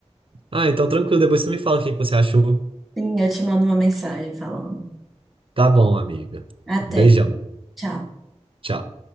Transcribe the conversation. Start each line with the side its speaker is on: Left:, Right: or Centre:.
Right: Ah, então tranquilo, depois você me fala o que que você achou.
Centre: Sim, eu te mando uma mensagem falando.
Right: Tá bom, amiga.
Centre: Até,
Right: Um beijão.
Centre: tchau.
Right: Tchau.